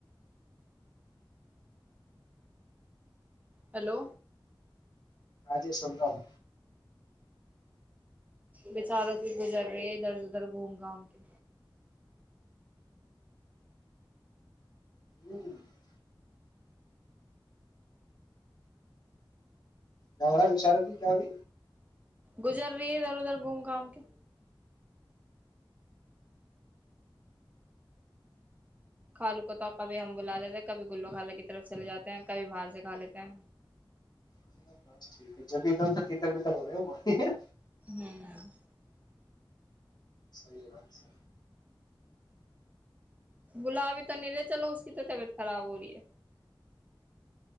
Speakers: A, on the right (about 20°); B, on the left (about 55°).
A: ہیلو
B: ہجی سلتاوں
A: بیچاروں کی گزر رہے ہے ادھر ادھر گھوم گھام کے
B: ہوں کیا کیا ہو رہا بچارتی کیای
A: گزر رہی ہے ادھر ادھر گھوم گام کے کھالو کو تو کبھی ہم بلا لیتے ہیں کبھی گلو خالہ کی طرف چلے جاتے ہیں کبھی باہر سے کھا لیتے ہیں
B: ہے، بس ٹھیک ہے ج جو بھی ایکم تھک طربت ہو رہا ہو
A: ہوں
B: صحی بات سی
A: بلا بھی تو نہیں رہے چلو اس کی تو طبیعت خراب ہو رہی ہے